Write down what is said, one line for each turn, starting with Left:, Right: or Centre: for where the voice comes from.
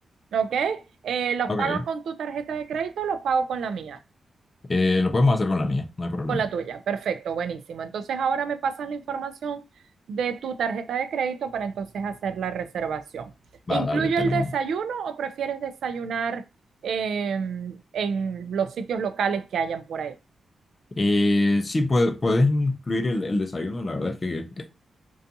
Right: ¿ok? Eh, ¿los
Left: Ok,
Right: pago con tu tarjeta de crédito o los pago con la mía?
Left: eh, lo podemos hacer con la mía, no hay problema.
Right: Con la tuya, perfecto, buenísimo. Entonces ahora me pasas la información de tu tarjeta de crédito para entonces hacer la reservación. ¿Incluyo
Left: Va, dale,
Right: el
Left: te la
Right: desayuno
Left: mando.
Right: o prefieres desayunar em, en los sitios locales que hayan por ahí?
Left: Eh, sí, pue- puedes incluir el, el desayuno. La verdad es que